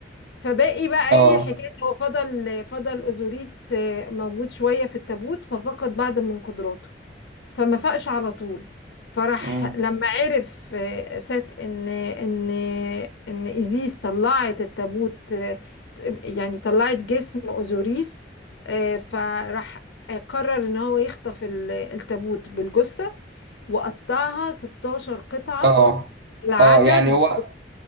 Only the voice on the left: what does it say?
فباقي بقى
ايه حكايه هو فضل فضل اوزوريس آه، موجود شويه في التابوت ففقد بعض من قدراته فما فاقش على طول فراح
لما عرف آه، سات ان ان ان ايزيس طلعت التابوت آه، يعني طلعت جسم اوزوريس آه، فراح قرر ان هو يخطف ال- التابوت بالجثة وقطعها 16 قطعة
العدد